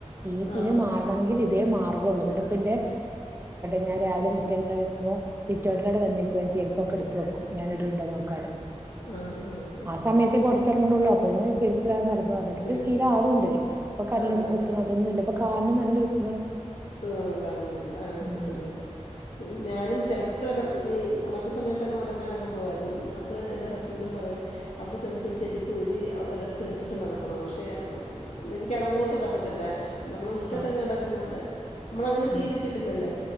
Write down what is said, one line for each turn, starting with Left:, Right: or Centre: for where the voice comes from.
Right: ലീതിനി
Left: ആ ഹോ
Right: മാറണമെങ്കി
Left: ഹോ
Right: ഇതേ മാർഗം നമുക്കൊന്ന് രണ്ടു പിന്നെ <unintelligible> ഞാൻ രാവിലെ മുറ്റമ നൈക്കുമ്പോ സിറ്റൗട്ടിലൗടെ വന്നി രി ക്കും ചെ ക്കെടുത്തു ഞാൻ ഇടുണ്ടോനോക്കാനു
Left: ആഹ് ആഹ് ആഹ്
Right: ആ സമയത്ത് പൊറത്തറങ്ങു <unintelligible> <unintelligible> ചെരുപ്പിടാതെ നട പറ്ഞ്ഞ്ട്ട് ഇപ്പോ
Left: ശരിപ്പരി
Right: ശീലാവ്ണ്ട് ഇപ്പോ കല്ലൊന്നും
Left: ആഹ്
Right: കുത്ത്ണതൊന്നുല്ല ഇപ്പോ കാലിന് നല്ലൊരു സു
Left: സുഖം കാണുന്നുണ്ട് ആ
Right: ഉം
Left: കിട്ടുന്നുണ്ട് ഞാനും ചെലപ്പൊക്കെ ഈ ഒണക്ക സമയത്തൊക്കെ നടക്കാനൊക്കെ പോവായിരുന്നു അപ്പഴ് എൻറെ ഹസ്ബൻഡും പറയും അവിടെ ചെന്നിട്ട് ചെരുപ്പ് ഊരി ഒരിടത്ത് വെച്ചിട്ട് നടക്കണന്ന് പക്ഷേ എനിക്കതങ്ങോട്ട് പറ്റത്തില്ല നമ്മള് മിറ്റത്തൊക്കെ
Right: ആഹ്
Left: നടക്കുന്ന പോലെ നമ്മളങ്ങനെ ശീലിച്ചിട്ടില്ലല്ലേ
Right: ഉം